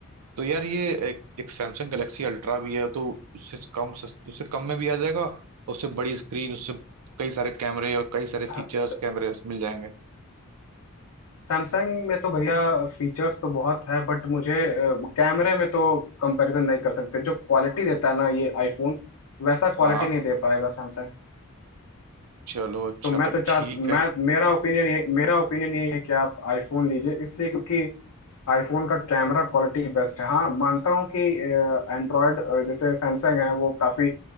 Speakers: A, on the right; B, on the left.
A: तो यार ये एक, एक सैमसंग गैलेक्सी अल्ट्रा भी है तो उससे कम सस- उससे कम में भी आ जाएगा और उससे बड़ी स्क्रीन उससे कई सारे कैमरे और कई सारे
B: हाँ,
A: फीचर्स
B: स-
A: कैमरे मिल जाएंगे
B: सैमसंग में तो भैया फीचर्स तो बहुत है बट मुझे अ, कैमरे में तो कंपैरिजन नहीं कर सकते जो क्वालिटी देता है ना ये आईफोन वैसा क्वालिटी
A: हाँ
B: नहीं दे पाएगा सैमसंग
A: चलो अच्छा
B: तो मैं
A: तो
B: तो चाह
A: ठीक है
B: मैं मेरा ओपिनियन ये मेरा ओपिनियन यही है कि आप आईफोन लीजिए इसलिए क्योंकि आईफोन का कैमरा क्वालिटी बेस्ट है हाँ मानता हूँ कि एंड्रॉयड जैसे सैमसंग है वो काफ़ी